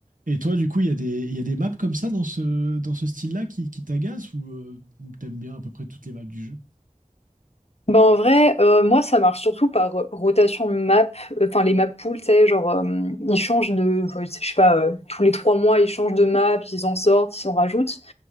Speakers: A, on the right; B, on the left.
A: Et toi, du coup, il y a des, il y a des maps comme ça dans ce, dans ce style-là qui, qui t'agacent ou euh, t'aimes bien à peu près toutes les maps du jeu?
B: Ben en vrai, euh, moi ça marche surtout par rotation de map, enfin les map pools, tu sais, genre euh, ils changent de, enfin, je sais pas, euh, tous les trois mois ils changent de map, ils en sortent, ils en rajoutent.